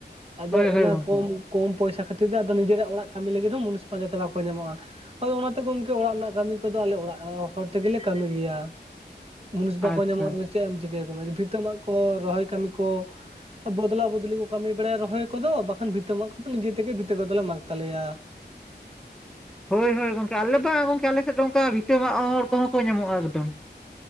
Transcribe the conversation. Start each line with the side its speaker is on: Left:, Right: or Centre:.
Right: ᱟᱫᱚ
Centre: ᱦᱳᱭ ᱦᱳᱭ
Right: ᱚᱱᱟ
Centre: ᱜᱚᱝᱠᱮ
Right: ᱠᱚᱢ ᱠᱚᱢ ᱯᱚᱭᱥᱟ ᱠᱷᱟᱹᱛᱤᱨ ᱛᱮ, ᱟᱫᱚ ᱱᱤᱡᱮᱨᱟᱜ ᱚᱲᱟᱜ ᱠᱟᱹᱢᱤ ᱞᱟᱹᱜᱤᱫ ᱦᱚᱸ ᱢᱩᱱᱩᱥ ᱯᱟᱸᱡᱟᱛᱮ ᱵᱟᱠᱚ ᱧᱟᱢᱚᱜ-ᱟ᱾ ᱟᱫᱚ ᱚᱱᱟᱛᱮ ᱜᱚᱝᱠᱮ ᱚᱲᱟᱜ ᱨᱮᱱᱟᱜ ᱠᱟᱹᱢᱤ ᱠᱚᱫᱚ ᱟᱞᱮ ᱚᱲᱟᱜ ᱦᱚᱲ ᱛᱮᱜᱮ ᱠᱟᱹᱢᱤ ᱜᱮᱭᱟ᱾ ᱢᱩᱱᱤᱥ
Centre: ᱟᱪᱪᱷᱟ
Right: ᱵᱟᱠᱚ ᱧᱟᱢᱚᱜ ᱨᱮ ᱪᱮᱜ ᱮᱢ ᱪᱤᱠᱟᱹᱭᱟ ᱠᱚ ᱢᱮ ᱵᱷᱤᱛᱟᱹ ᱢᱟᱜ ᱠᱚ ᱨᱚᱦᱚᱭ ᱠᱟᱹᱢᱤ ᱠᱚ ᱵᱚᱫᱞᱟ ᱵᱚᱫᱽᱞᱤ ᱠᱚ ᱠᱟᱹᱢᱤ ᱵᱟᱲᱟᱭᱟ ᱨᱚᱦᱚᱭ ᱠᱚᱫᱚ ᱵᱟᱠᱷᱟᱱ ᱵᱷᱤᱛᱟᱹ ᱢᱟᱜᱽ ᱠᱚᱫᱚ ᱱᱤᱡᱮ ᱛᱮᱜᱮ ᱵᱷᱤᱛᱟᱹ ᱠᱚᱫᱚᱚᱞᱮ ᱢᱟᱜᱽ ᱛᱟᱞᱮᱭᱟ᱾
Centre: ᱦᱳᱭ ᱦᱳᱭ ᱜᱚᱝᱠᱮ ᱟᱞᱮ ᱵᱟᱝ ᱜᱚᱢᱠᱮ ᱟᱞᱮᱥᱮᱫ ᱫᱚ ᱚᱱᱠᱟ ᱵᱷᱤᱛᱟᱹ ᱢᱟᱜᱽ ᱦᱚᱲ ᱠᱚᱦᱚᱸ ᱠᱚ ᱧᱟᱢᱚᱜᱼᱟ ᱮᱠᱫᱚᱢ᱾